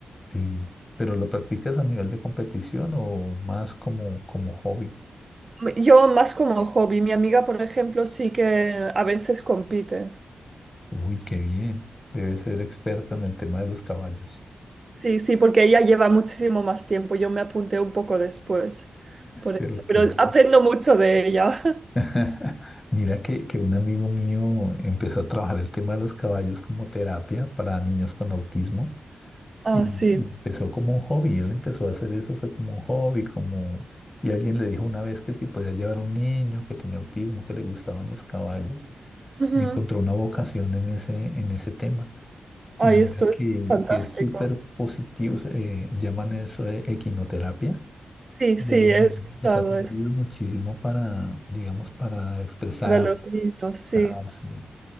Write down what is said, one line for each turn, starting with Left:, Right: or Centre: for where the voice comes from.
Left: Sí. ¿Pero lo practicas a nivel de competición o más como, como hobby?
Right: Yo más como hobby, mi amiga, por ejemplo, sí que a veces compite.
Left: Uy, qué bien. Debes ser experta en el tema de los caballos.
Right: Sí, sí, porque ella lleva muchísimo más tiempo. Yo me apunté un poco después, por
Left: Pero
Right: eso.
Left: que...
Right: Pero aprendo mucho de ella. <laughs>
Left: <laughs> Mira que, que un amigo mío empezó a trabajar el tema de los caballos como terapia para niños con autismo.
Right: Ah,
Left: Y,
Right: sí.
Left: y empezó como un hobby, él empezó a hacer eso, fue como un hobby, como... Y alguien le dijo una vez que si podía llevar a un niño que tenía autismo, que le gustaban los caballos,
Right: Ujú.
Left: y encontró una vocación en ese, en ese tema.
Right: Ay,
Left: Y mira
Right: esto es
Left: que,
Right: fantástico.
Left: que es súper positivo, eh, llaman eso eh, equinoterapia,
Right: Sí,
Left: y
Right: sí,
Left: a
Right: he
Left: los niños
Right: escuchado
Left: les ha servido
Right: es
Left: muchísimo para, digamos, para expresar,
Right: para los niños, sí.
Left: expresarse,